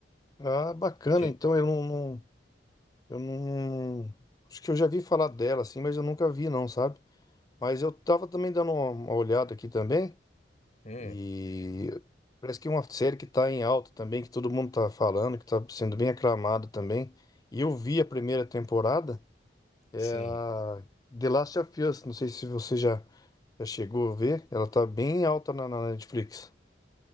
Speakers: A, on the left (about 20°); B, on the left (about 40°).
A: Ah, bacana,
B: Tipo,
A: então eu não, não- eu não, acho que eu já vi falar dela assim, mas eu nunca vi não, sabe? Mas eu tava também dando uma, uma olhada aqui também
B: hum,
A: e parece que é uma série que tá em alta também, que todo mundo tá falando, que tá sendo bem aclamada também. E eu vi a primeira temporada, é
B: sim.
A: a The Last of Us, não sei se você já, já chegou a ver, ela tá bem alta na na Netflix.